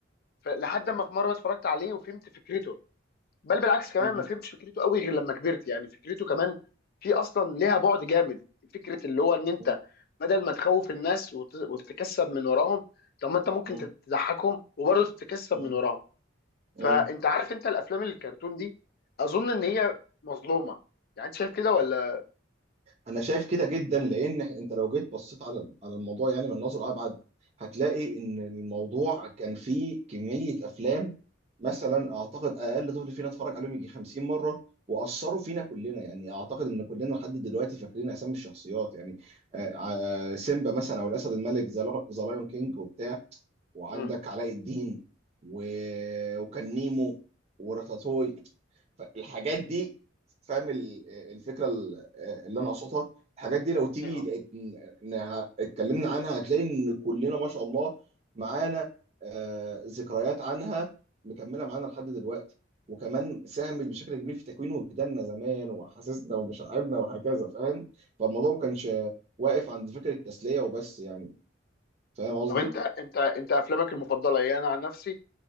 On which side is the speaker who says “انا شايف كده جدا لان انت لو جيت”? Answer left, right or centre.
Right